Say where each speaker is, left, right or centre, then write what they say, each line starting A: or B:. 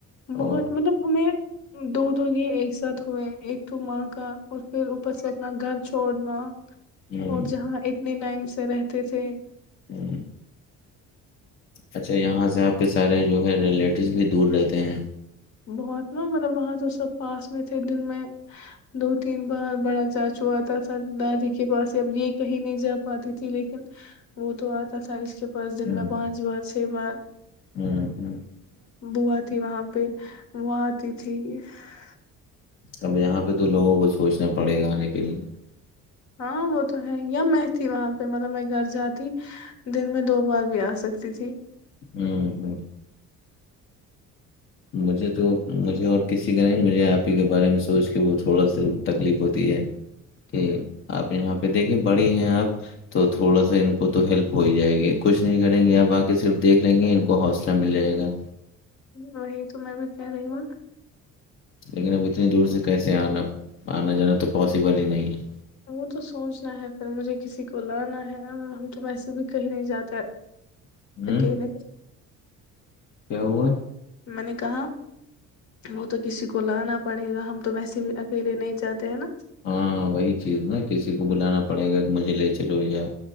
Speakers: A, on the left; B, on the left.
A: بہت
B: اور
A: مطلب ہمیں دو دو یہ ایک ساتھ ہوئے ایک تو ماں کا اور پھر اوپر سے اپنا گھر چھوڑنا
B: ہوں
A: اور جہاں اتنے ٹائم سے رہتے تھے
B: ہوں اچھا یہاں سے آپ کے سارے جو ہے ریلیٹیوز بھی دور رہتے ہیں
A: بہت نا مطلب وہاں تو سب پاس میں تھے دن میں دو تین بار بڑا چاچو آتا تھا دادی کے پاس اب یہ کہیں نہیں جا پاتی تھی لیکن وہ تو آتا تھا اس کے فس دن
B: ہوں
A: میں پانچ بار چھ بار
B: ہوں ہوں
A: بوا تھی وہاں پہ وات تھی <inaudible>
B: اب یہاں پہ تو لوگوں کو سوچنا پڑے گا آنے کے لیئے
A: ہاں وہ تو ہے یا میں تھی وہاں پہ مطلب میں گھر جاتی دن میں دو بار بھی آ سکتی تھی
B: ہوں ہوں مجھے تو مجھے اور کسی کا نہیں مجھے آپ ہی کے بارے میں سوچ کے وہ تھوڑا سا تکلیف ہوتی ہے کہ آپ یہاں پہ دیکھے بڑی ہیں آپ تو تھوڑا سا ان کو تو ہیلپ ہو ہی جائے گی کچھ نہیں کریں گے آپ آ کے صرف دیکھ لیں گے کو حوصلہ مل جائے گا
A: وہی تو میں بھی کہہ رہی ہوں
B: لیکن اب اتنی دور سے کیسے آنا آنا جانا تو پاسبل ہی نہیں ہے
A: وہ تو سوچنا ہے پ مجھے کسی کو لانا ہے ہم تو ویسے بھی کہیں نہیں جاتے
B: ہے
A: اکیل
B: ہوں کیا ہوا
A: میں نے کہا وہ تو کسی کو لانا پڑے گا ہم تو ویسے بھی اکیلے نہیں جاتے ہیں نا
B: ہاں وہی چیز نا کسی کو بلانا پڑے گا کہ مجھے لے چلو یا